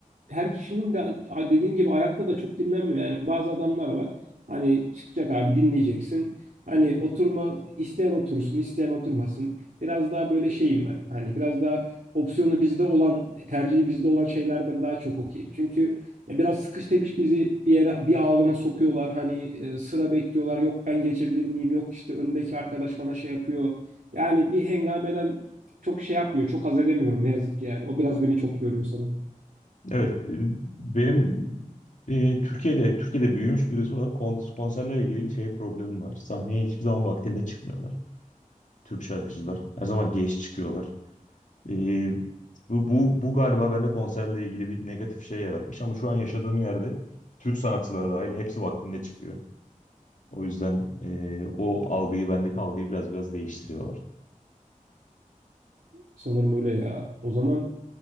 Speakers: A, on the right (about 80°); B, on the left (about 60°).
A: her kişinin de a- dediğin gibi ayakta da çok dinlenmiyor. Yani bazı adamlar var. Hani çıkacak abi dinleyeceksin. Hani oturma isteyen otursun, isteyen oturmasın. Biraz daha böyle şeyim ben. Hani biraz daha opsiyonu bizde olan, tercihi bizde olan şeylerden daha çok okuyayım. Çünkü ya biraz sıkış tepiş bizi bir yere bir alana sokuyorlar. Hani e, sıra bekliyorlar. Yok ben geçebilir miyim? Yok işte öndeki arkadaş bana şey yapıyor. Yani bir hengameden çok şey yapmıyor. Çok haz edemiyorum ne yazık ki yani. O biraz beni çok yoruyor sanırım.
B: Evet, e, benim e, Türkiye'de Türkiye'de büyümüş birisi olarak kon- konserlerle ilgili şey problemim var. Sahneye hiçbir zaman vaktinde çıkmıyorlar. Türk şarkıcılar. Her zaman geç çıkıyorlar. Ee, bu, bu, bu galiba bende konserle ilgili bir negatif şey yaratmış ama şu an yaşadığım yerde Türk sanatçıları dahil hepsi vaktinde çıkıyor. O yüzden ee, o algıyı, bendeki algıyı biraz biraz değiştiriyorlar.
A: Sanırım öyle ya. O zaman